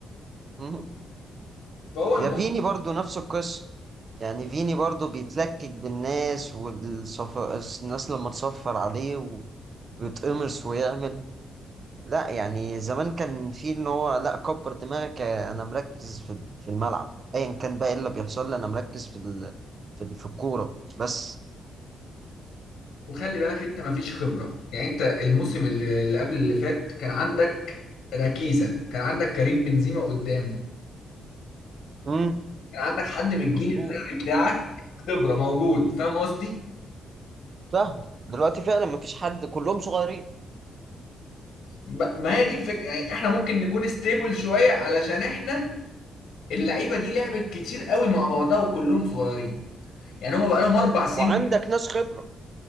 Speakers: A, on the right; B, on the left.
A: مم.
B: فهو
A: يا
B: الموضوع
A: فيني برضو نفس القصة يعني فيني برضو بيتلكك بالناس والصفر الناس لما تصفر عليه و- ويتقمص ويعمل لا يعني زمان كان في ان هو لا كبر دماغك يا- انا مركز في في الملعب ايا كان بقى ايه اللي بيحصل لي انا مركز في ال... في ال- في الكورة بس
B: وخلي بالك انت مفيش خبره يعني انت الموسم اللي اللي قبل اللي فات كان عندك ركيزة كان عندك كريم بنزيما قدام
A: امم
B: كان عندك حد من الجيل
A: مظبوط
B: الذهبي بتاعك خبره موجود فاهم قصدي
A: فاهم دلوقتي فعلا مفيش حد كلهم صغيرين
B: ب- ما هي دي الفكره يعني احنا ممكن نكون ستيبل شويه علشان احنا اللعيبه دي لعبت كتير قوي مع بعضها وكلهم صغيرين يعني هم بقى لهم اربع سنين
A: وعندك ناس خبرة